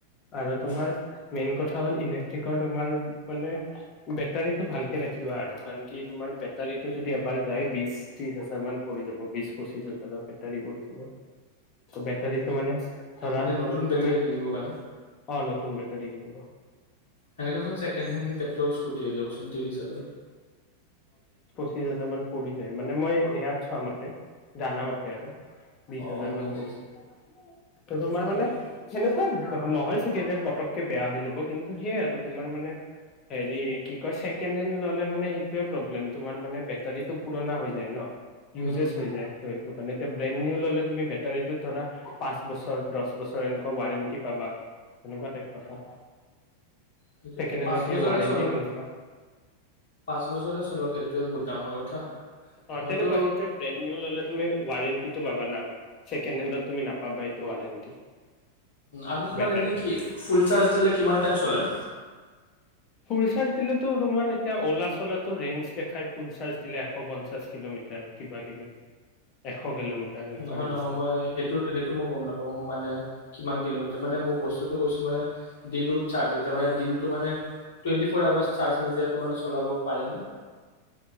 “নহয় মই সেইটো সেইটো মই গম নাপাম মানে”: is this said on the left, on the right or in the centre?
Left